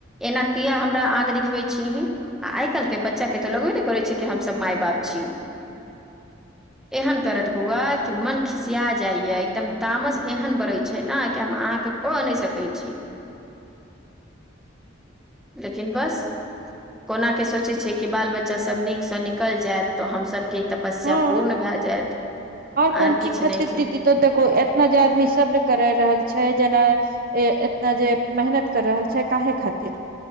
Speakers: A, in the centre; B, on the right.
A: एना किया हमरा आग देखिबे छीही आ आइ काल्हि के बच्चा के तऽ लगबे नहि करै छै कि हमसभ माय बाप छी एहन करत बौआ कि मन खिसिया जाइया एकदम तामस एहन बड़ै छै ने कि हम अहाँके क नहि सकै छियै लेकिन बस कोना के सोचै छियै कि बाल बच्चासभ नीकसँ निकलि जायत तऽ हमसभके तऽ तपस्या
B: हँ
A: पूर्ण भए जायत
B: कोन
A: आर
B: चीज
A: किछु
B: खातिर
A: नहि छै
B: दीदी तऽ देखो एतना जे आदमी सर्ब करा रहल छै जेना ए एतना जे मेहनत कर रहल छै काहे खातिर